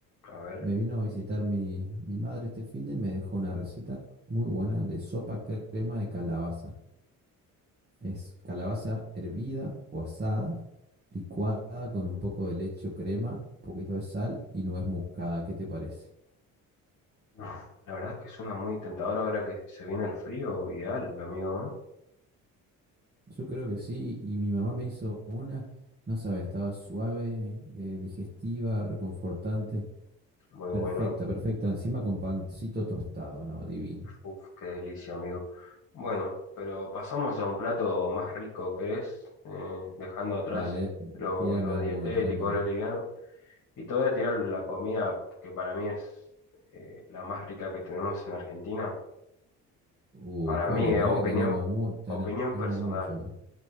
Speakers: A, on the left; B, on the right.
A: A ver.
B: Me vino a visitar mi, mi madre este fin de y me dejó una receta muy buena de sopa crema de calabaza. Es calabaza hervida o asada, licuada con un poco de leche o crema, un poquito de sal y nuez moscada. ¿Qué te parece?
A: Uf, la verdad es que suena muy tentador ahora que se viene el frío, ideal, amigo,
B: Yo creo que sí, y mi mamá me hizo una, no sabes, estaba suave, eh, digestiva, reconfortante.
A: ¿eh? Muy bueno.
B: Perfecta, perfecta. Encima con pancito tostado, ¿no? Divino.
A: Uf, qué delicia, amigo. Bueno, pero pasamos a un plato más rico, ¿crees? Eh, dejando atrás
B: Dale,
A: lo,
B: tírame
A: lo
B: uno,
A: dietético,
B: tírame uno.
A: lo liviano. Y te voy a tirar la comida que para mí es eh, la más rica que tenemos en Argentina.
B: Uy,
A: Para
B: ¿cuáles?
A: mí, eh,
B: Mirá
A: opinión,
B: que tenemos, mu- tenemos
A: opinión personal,
B: muchas.